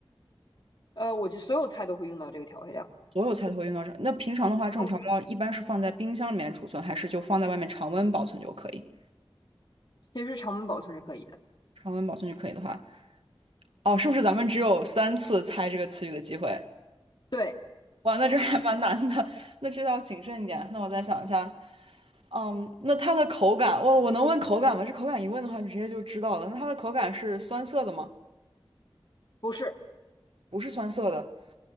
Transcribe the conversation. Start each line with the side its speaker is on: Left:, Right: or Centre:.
Left: 呃，我觉得所有菜都会用到这个调味料，
Right: 所有菜都会用到这。那平常的话，这种调味料一般是放在冰箱里面储存，
Left: 用
Right: 还是就放在外面常温保存就可以？
Left: 其实常温保存是可以的。
Right: 常温保存就可以的话。哦，是不是咱们只有三次猜这个词语的机会？
Left: 对，
Right: 哇，那这还蛮难的，<laughs> 那这要谨慎一点。那我再想一下，嗯，那它的口感，我我能问口感吗？这口感一问的话，你直接就知道了。那它的口感是酸涩的吗？
Left: 不是，
Right: 不是酸涩的。